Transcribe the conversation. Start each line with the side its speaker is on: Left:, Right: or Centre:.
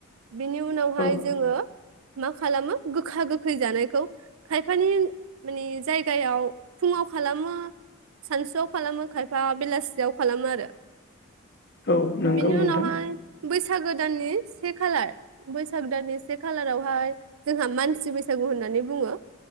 Right: बिनि उनावहाय
Left: औ
Right: जोङो मा खालामो गोखा गोखै जानायखौ खायफानि माने जायगायाव फुङाव खालामो सानसुआव खालामो। खायफा बेलासियाव खालामो आरो
Left: औ नंगौ
Right: बेनि
Left: नोंथां
Right: उनावहाय बैसागो दाननि से खालार बैसागो दाननि से खालारावहाय जोंहा मानसि बैसागु होननानै बुङो।